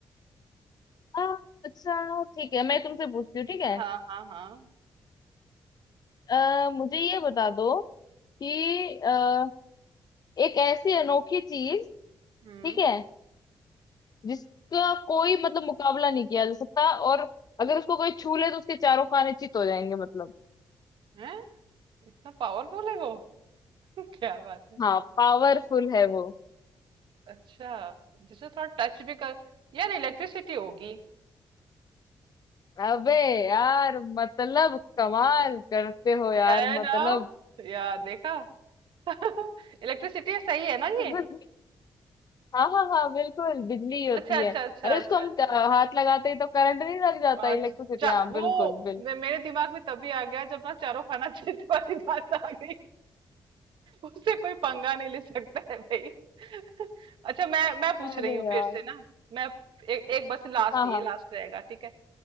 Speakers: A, on the left; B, on the right.
A: आ, अच्छा ठीक है मैं तुमसे पूछती हूँ ठीक है
B: हाँ हाँ हाँ
A: आ, मुझे ये बता दो कि आ, एक ऐसी अनोखी चीज
B: हम्म
A: ठीक है जिसका कोई मतलब मुकाबला नहीं किया जा सकता और अगर उसको कोई छू ले तो उसके चारों खाने चित हो जाएंगे मतलब
B: है इतना पावरफुल है वो <laughs> क्या बात है
A: हाँ पावरफुल है वो
B: अच्छा जिसे थोड़ा टच भी कर यार इलेक्ट्रिसिटी होगी
A: अबे यार मतलब कमाल करते हो यार
B: है
A: मतलब
B: ना यार देखा <laughs> इलेक्ट्रिसिटी है, सही है ना
A: <laughs>
B: ये
A: हाँ हाँ हाँ बिल्कुल बिजली होती
B: अच्छा अच्छा
A: है
B: अच्छा
A: अरे
B: अच्छा
A: उसको हम
B: अच्छा।
A: अ, हाथ लगाते ही तो करंट नहीं लग जाता
B: आज
A: इलेक्ट्रिसिटी
B: चा-
A: हाँ
B: वो
A: बिल्कुल बिल्कुल
B: मे- मेरे दिमाग में तभी आ गया जब ना चारों खाना क्षेत्र वाली बात आ गई उससे कोई पंगा नहीं ले सकता है भाई <laughs> अच्छा मैं मैं पूछ
A: अरे
B: रही हूँ
A: यार
B: फिर से ना मैं ए, एक बस लास्ट
A: हाँ
B: ये
A: हाँ
B: लास्ट रहेगा ठीक है